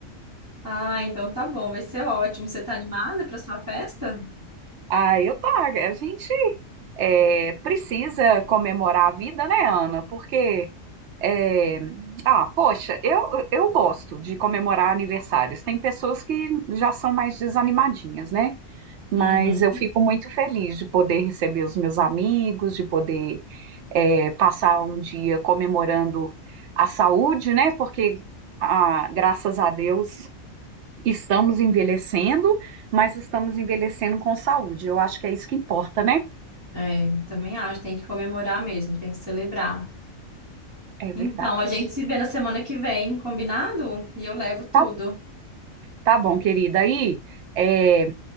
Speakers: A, on the right; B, on the right.
A: Ah, então tá bom, vai ser ótimo. Você tá animada para sua festa?
B: Ah, eu tá. A gente é, precisa comemorar a vida, né, Ana? Porque. É, ah, poxa, eu, eu gosto de comemorar aniversários. Tem pessoas que já são mais desanimadinhas, né? Mas
A: Uhum.
B: eu fico muito feliz de poder receber os meus amigos, de poder é, passar um dia comemorando a saúde, né? Porque, ah, graças a Deus, estamos envelhecendo, mas estamos envelhecendo com saúde. Eu acho que é isso que importa, né?
A: É, também acho, tem que comemorar mesmo, tem que celebrar.
B: É
A: Então,
B: verdade.
A: a gente se vê na semana que vem, combinado? E eu levo tudo.
B: Tá, tá bom, querida. Aí. é,